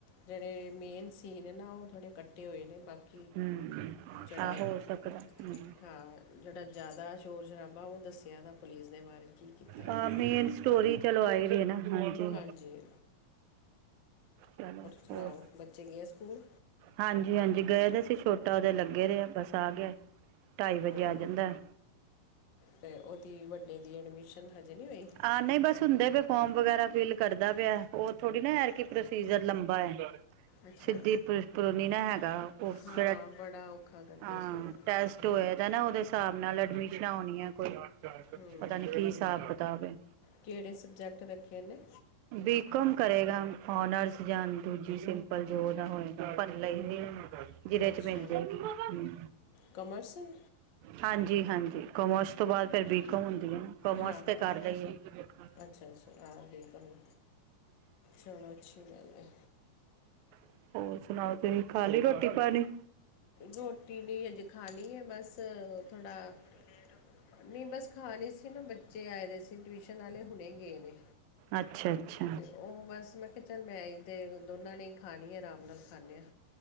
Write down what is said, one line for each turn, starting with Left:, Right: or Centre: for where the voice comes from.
Left: ਜਿਹੜੇ ਮੇਨ ਸੀਨ ਨੇ ਨਾ ਉਹ ਥੋੜੇ ਕੱਟੇ ਹੋਏ ਨੇ ਬਾਕੀ
Right: ਹਮ
Left: ਜਿਹੜਾ
Right: ਆ ਹੋ ਸਕਦਾ ਹ
Left: ਹਾਂ ਜਿਹੜਾ ਜ਼ਿਆਦਾ ਸ਼ੋਰ ਸ਼ਰਾਬਾ ਉਹ ਦੱਸਿਆ ਤਾਂ ਪੁਲਿਸ ਦੇ ਬਾਰੇ ਕੀ ਕੀਤਾ ਵਾ
Right: ਹ
Left: ਇਹਨਾਂ
Right: ਮੇਨ
Left: ਨੇ
Right: ਸਟੋਰੀ ਚਲੋ ਆਏੜ ਨਾ ਹ ਜ
Left: ਹਾਂਜੀ
Right: ਚਲੋ,
Left: ਸੁਣਾਓ
Right: ਹੋਰ
Left: ਬੱਚੇ ਗਏ ਸਕੂਲ
Right: ਹਾਂਜੀ -ਹਾਂਜੀ, ਗਏ ਤਾਂ ਸੀ ਛੋਟਾ ਉਹਦੇ ਲੱਗੇ ਰਹੇ ਆ ਬਸ ਆ ਗਿਆ, ਢਾਈ
Left: ਹੂੰ
Right: ਵਜੇ ਆ ਜਾਂਦਾ।
Left: ਤੇ, ਉਹਦੀ ਵੱਡੇ ਦੀ, ਐਡਮਿਸ਼ਨ ਹਜੇ ਨਹੀਂ ਹੋਈ?
Right: ਆ, ਨਹੀਂ ਬਸ ਹੁੰਦੇ ਪਏ ਫੋਰਮ ਵਗੈਰਾ ਫਿਲ ਕਰਦਾ ਪਿਆ ਉਹ ਥੋੜੀ ਨਾ ਐਤਕੀਂ ਕੀ ਪ੍ਰੋਸੀਜਰ ਲੰਬਾ ਹੈ।
Left: ਅੱਛਾ
Right: ਸਿੱਧੀ <unintelligible> ਨਾ ਹੈਗਾ, ਉਹ
Left: ਹਾਂ
Right: ਕਿਹੜਾ ਅਹ
Left: ਬੜਾ ਔਖਾ ਕਰਦੇ ਇਸ ਵਾਰ
Right: ਟੈਸ ਹੋਇਆ ਦਾ ਨਾ, ਉਹਦੇ ਹਿਸਾਬ ਨਾਲ ਅਡਮਿਸ਼ਨਾ ਹੋਣਾ, ਕੋਈ,
Left: ਹੂੰ
Right: ਪਤਾ ਨੀ ਕੀ ਹਿਸਾਬ ਕਿਤਾਬ ਹੈ
Left: ਕਿਹੜੇ ਸਬਜੈਕਟ ਰੱਖੇ ਨੇ?
Right: ਬੀ -ਕੌਮ ਕਰੇਗਾ ਔਨਰਸ, ਜਾਂ ਦੂਜੀ ਸਿੰਪਲ ਜੋ ਇਹਦਾ ਹੋਏ ਪਤਾ ਹੀ ਨਹੀਂ, ਜਿਹਦੇ
Left: ਅੱਛਾ
Right: ਚ ਮਿਲ ਜਾਏਗੀ, ਹਮਮ
Left: ਕਮਰਸ ਅੱਛਾ ਜੀ।
Right: ਹਾਂਜੀ -ਹਾਂਜੀ, ਕੋਮਰਸ ਤੋਂ ਬਾਅਦ ਫੇਰ ਬੀ ਕਾਮ ਹੁੰਦੀ ਹੈ ਨਾ ਕੋਮਰਸ
Left: ਹਾਂ ਹਾਂ ਹਾਂ।
Right: ਤੇ ਕਰਦਾ ਹੀ ਹੈ।
Left: ਅੱਛਾ ਅੱਛਾ ਆ ਬੀਕਾਮ ਚਲੋ ਅੱਛੀ ਗੱਲ ਹੈ
Right: <inaudible> ਹੋਰ ਸੁਣਾਉ? ਤੁਸੀਂ ਖਾ ਲਈ ਰੋਟੀ -ਪਾਣੀ?
Left: ਰੋਟੀ, ਨੀ ਹਜੇ ਖਾਣੀ ਹੈ ਬਸ, ਥੋੜਾ, ਲੇਟ ਹੋ ਗਏ। ਨਹੀਂ ਬਸ ਖਾਣੀ ਸੀ ਨਾ, ਬੱਚੇ ਆਏ ਦੇ ਸੀ ਟਿਊਸ਼ਨ ਵਾਲੇ ਹੁਣੇ ਗਏ ਨੇ
Right: ਅੱਛਾ -ਅੱਛਾ
Left: ਤੇ ਉਹ ਬਸ ਮੈਂ ਕਿਹਾ, ਚੱਲ ਮੈਂ ਈ ਤੇ ਇਹ ਦੋਨਾਂ ਨੇ ਹੀ ਖਾਣੀ ਹੈ, ਆਰਾਮ ਨਾਲ ਖਾਂਦੇ ਹਾਂ।